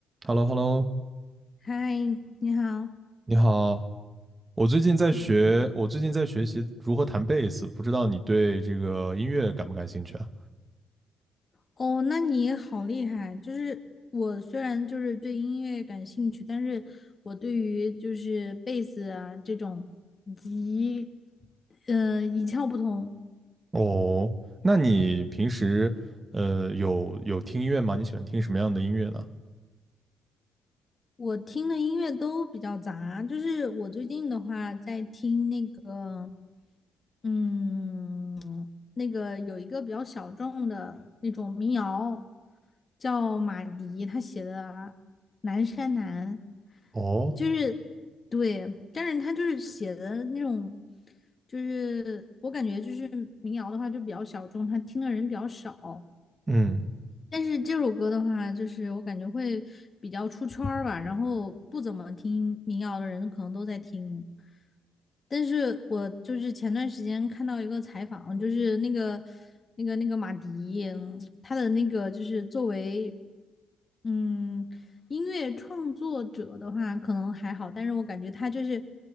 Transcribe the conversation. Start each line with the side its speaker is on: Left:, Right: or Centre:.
Right: h e l l o h e l l o
Left: 嗨，你好。
Right: 你好。我最近在学，
Left: 嗯，
Right: 我最近在学习如何弹贝斯，不知道你对这个音乐感不感兴趣啊？
Left: 哦，那你也好厉害。就是我虽然就是对音乐感兴趣，但是我对于就是贝斯啊这种以及呃一窍不通。
Right: 哦，那你平时呃有有听音乐吗？你喜欢听什么样的音乐呢？
Left: 我听的音乐都比较杂，就是我最近的话在听那个，嗯，那个有一个比较小众的那种民谣，叫马迪，他写的《南山南》，
Right: 哦，
Left: 就是对，但是他就是写的那种，就是我感觉就是民谣的话就比较小众，他听的人比较少，
Right: 嗯
Left: 但是这首歌的话，就是我感觉会比较出圈儿吧，然后不怎么听民谣的人可能都在听。但是我就是前段时间看到一个采访，就是那个那个那个马迪，嗯他的那个就是作为嗯音乐创作者的话，可能还好，但是我感觉他就是